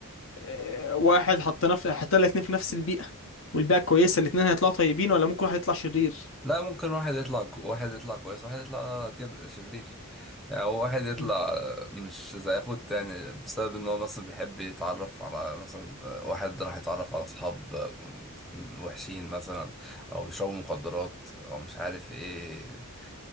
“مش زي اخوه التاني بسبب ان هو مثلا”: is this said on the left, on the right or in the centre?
Centre